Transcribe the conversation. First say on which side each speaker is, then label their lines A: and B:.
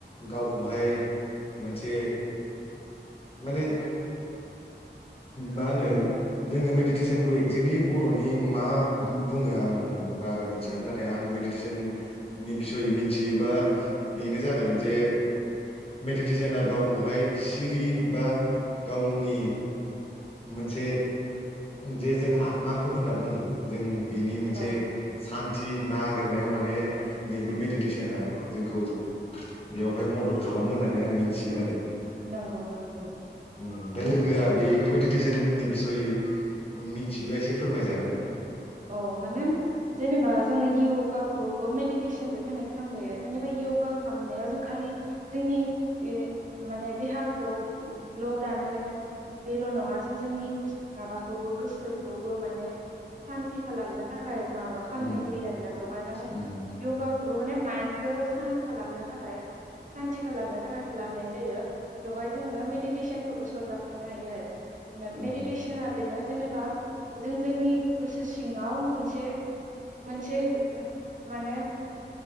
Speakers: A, on the left (about 30°); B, on the right (about 45°).
A: गावखौहाय मोनसे माने मा होनो जोङो मेडिटेसनखौ एक्जेक्टलि बर'नि मा बुङो आं बारा मिथिया नाथाय आं मेडिटेसननि बिसय मिथियोबा बेनो जागोन जे मेडिटेसना गावखौहाय सिरि बा गावनि मोनसे जे जों आत्माखौ होनना बुङो जों बिनि मोनसे
B: औ
A: सान्थि नागिर नायाव माने नैबे मेडिटेसना जोंखौ बेयावहाय मदद खालामो होननानै आं मिन्थियो आरो।
B: नंगौ नंगौ
A: उम ओमफाय लोगोआ बे बेखौ मेडिटेसननि बिसय मिथियोबा एसे फोरमायजागोन‌।
B: औ माने जेनेबा जोङो योगाखौबो मेडिटेसनजों कानेक्ट खालामजायो जेनेबा यगा खालामनायाव जों खालि जोंनि ओ माने देहाखौ ल' दानाय बेल' नङा जों जोंनि माबाखौबो गोसोखौबो माने सान्थि खालामनो थाखाय माबा खालामनाय
A: उम
B: जायो आरोना बेवहाय माने
A: उम
B: यगाखौबो माने माइन्डखौ सान्त खालामनो थाखाय सान्ति खालामनो थाखाय खालामनाय जायो बेवहाय जोङो मेडिटेसनखौबो सरजाबफानो हायो आरो।
A: उम
B: मेडिटेसनआ बेनो जेनेबा जों जोंनि गोसो सिङाव मोनसे मोनसे माने